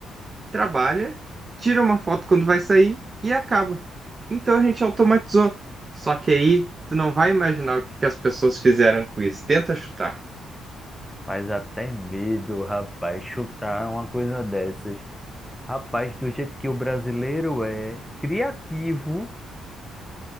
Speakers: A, on the right (about 30°); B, in the centre.
A: trabalha, tira uma foto quando vai sair e acaba. Então a gente automatizou. Só que aí tu não vai imaginar o que que as pessoas fizeram com isso. Tenta chutar.
B: Faz até medo, rapaz, chutar uma coisa dessas. Rapaz, do jeito que o brasileiro é criativo,